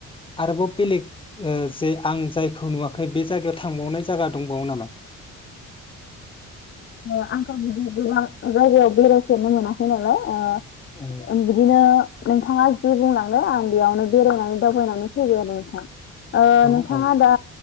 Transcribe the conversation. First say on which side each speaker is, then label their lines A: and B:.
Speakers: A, on the left (about 15°); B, on the left (about 40°).
A: आरोबाव बेलेग ओ जे आं जायखौ नुवाखै बे जायगायाव थांबावनाय जायगा दंबावो नामा?
B: ओ आंथ' बिदि गोबां जायगायाव बेरायफेरनो मोनाखै नालाय ओ
A: ओ
B: ओं बिदिनो नोंथाङा जे बुंलांदो आं बेयावनो बेरायनानै दावबायनानै फैबाय आरो नोंथां। ओ
A: औ
B: नोंथाङा
A: औ
B: दा